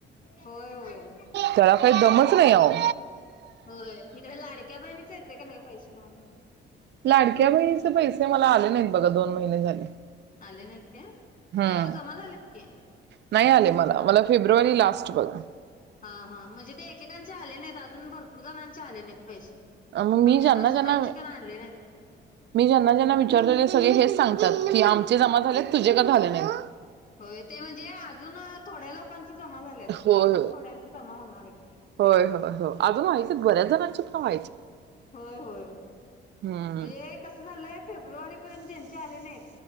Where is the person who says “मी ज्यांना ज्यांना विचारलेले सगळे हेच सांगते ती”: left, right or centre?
Right